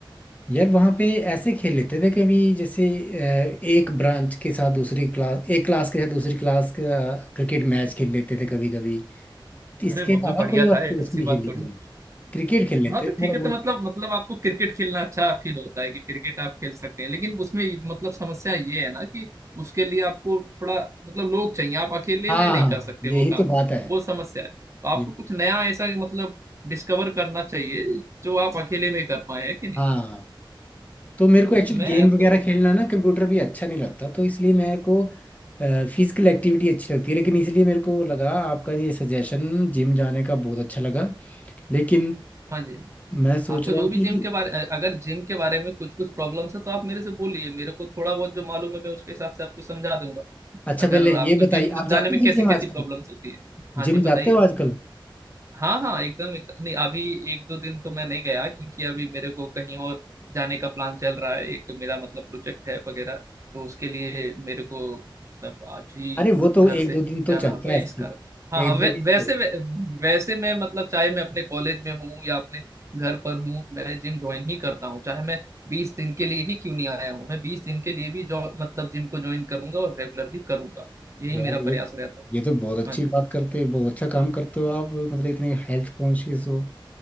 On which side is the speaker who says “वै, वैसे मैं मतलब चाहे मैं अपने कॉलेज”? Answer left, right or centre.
Right